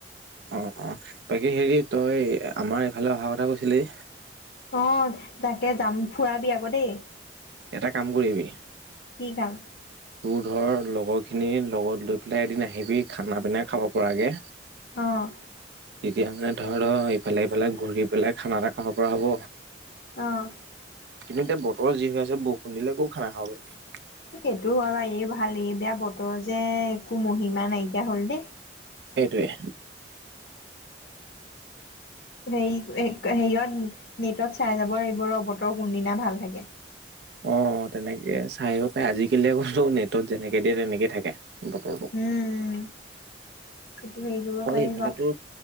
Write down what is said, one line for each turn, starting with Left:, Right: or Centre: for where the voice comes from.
Right: অ অ বাকী হেৰি তই আমাৰ এইফালে অহাৰ কথা কৈছিলি
Left: অ তাকে যাম ফুৰাবি আকৌ দেই
Right: এটা কাম কৰিবি
Left: কি কাম
Right: তোৰ ধৰ লগৰ খিনিৰ লগত লৈ পেলাই এদিন আহিবি খানা পিনা খাব পৰাগে
Left: অ',
Right: তেতিয়া মানে ধৰ ধৰ ইফালে ইফালে ঘূৰি পেলাই খানা এটা খাব পৰা হ'ব
Left: আহ
Right: কিন্তু এতিয়া বতৰ যি হৈ আছে বৰষুণ দিলে একো খানা খাব পাৰিবি
Left: সেইটো হয় বাৰু এই ভাল এই বেয়া বতৰ যে একো মহিমা নাইকিয়া হল দেই
Right: সেইটোৱে
Left: সেই <unintelligible> হেৰিয়ত নেটত চাই যাব এইবোৰ অবতৰ কোনদিনা ভাল থাকে <unintelligible>
Right: অ তেনেকে চাইআহিব পায় আজিকালি আকৌ নেটত যেনেকে দিয়ে তেনেকে থাকে বতৰ দ <unintelligible>
Left: উম, সেইটো হেৰি কৰিব
Right: অ
Left: পাৰি
Right: এইফালেতো
Left: বাৰু